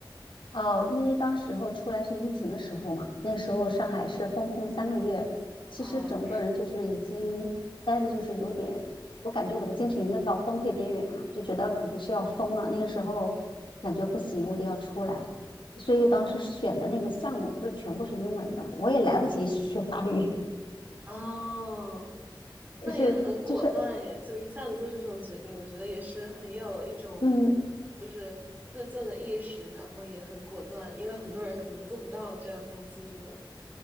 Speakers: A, on the left; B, on the right.
A: 哦，因为当时候出来是疫情的时候嘛，那时候上海是封控三个月，其实整个人就是已经待的，
B: 啊，是的，
A: 就是有点，我感觉我的精神已经到崩溃边缘了，就觉得可能是要疯了。那个时候感觉不行，我得要出来，所以当时选的那个项目都全部是英文的，
B: 哦
A: 我也来不及学法语，
B: 哦，那也很果断耶，
A: <laughs> 是就是
B: 就一下子做出这种决定，我觉得也是很有一种
A: 嗯，
B: 就是自救的意识，然后也很果断，因为很多人可能做不到这样当机立断。